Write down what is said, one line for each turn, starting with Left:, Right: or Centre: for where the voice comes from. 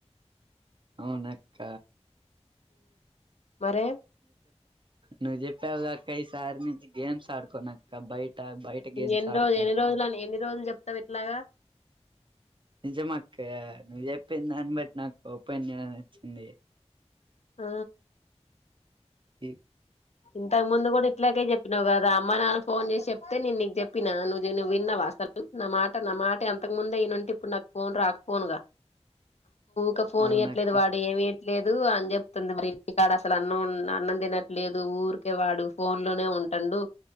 Right: అవున అక్క
Left: మర
Right: నువ్ చెప్పవ్ గా అక్క ఈ సారి నించి గేమ్స్ ఆడుకోనక్క బయట బయట గేమ్స్
Left: ఎన్ని
Right: ఆడుకుంటా
Left: రోజు ఎన్ని రోజులుని ఎన్ని రోజులు చెప్తా పె గా
Right: నిజం అక్క నువ్వు చెప్పింది దాన్ని బట్టి నాకు ఓపన్ వచ్చింది
Left: ఆ
Right: ఇ
Left: ఇంతకు ముందు కూడా ఇట్లాకే చెప్పినావు కదా రామ్ అమ్మ నాన్న ఫోన్ చేసి చెప్తే నేను నీకు చెప్పిన నువ్వు నువ్వు విన్నావా అసలు నా మాట నా మాట ఇంతకు ముందే ఈయనుంటే ఇప్పుడు నాకు ఫోన్ రాకపోనుగా క ఫోన్
Right: అవునక్క
Left: ఇవ్యట్లేదు వాడు ఏమి లేదు అని చెప్తుంది మరి ఇకాడ అసలు అన్నం అన్నం తినట్లేదు ఊరికే వాడు ఫోన్ లోనే ఉంటండు